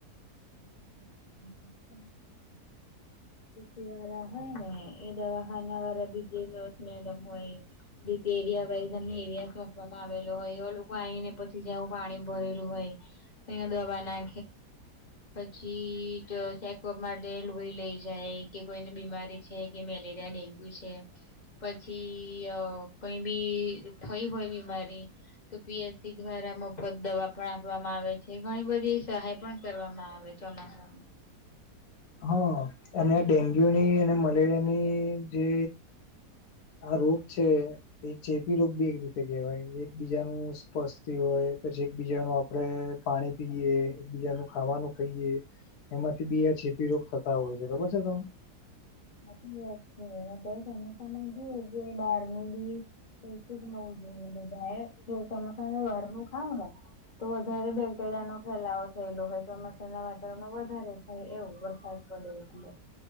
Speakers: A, on the left (about 30°); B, on the left (about 65°).
A: <inaudible> વાળા હોય ને એ દવાખાના વાળા બીજ એક મેડમ હોય જેતે એરિયા વાઈઝ એમને એરિયા સોંપવામાં આવેલો હોય એ લોકો આવીને પછી જવું પાણી ભરેલું હોય અયા દવા ના પછી ચેકઅપ માટે લોહી લઈ જાય કે કોઈને બીમારી છે. મેલેરિયા, ડેન્ગ્યુ છે પછી કઈ બી થઈ હોય બીમારી તો પી એસ સી દ્વારા મફત દવા પણ આપવામાં આવે છે ઘણી બધી સહાય પણ કરવામાં આવ વે ચોમાસામાં.
B: હા અને આ ડેન્ગ્યુની અને મલેરિયાની જે આ રોગ છે એ ચેપી રોગ બી એક રીતે કહેવાય એક બીજાનું સ્પર્શતી હોય પછી એકબીજાનું આપડે પાણી પીએ એકબીજાનું ખાવાનું ખાઈએ એમાંથી બીઆ ચીપી રોગ થતા હોય છે ખબર છે તમને?
A: હાચી વાત છે <inaudible> સમજી જે બહારનું બી પછી જ નવું જોઈએ બધાએ <inaudible> વાર નું ખાવ ને તો વધારે બે પેલાનો ફેલાવો થયેલો હોય ચોમસામાંના વાતાવરણમાં વધારે થાય એવું વરસાદ પડે એટલે.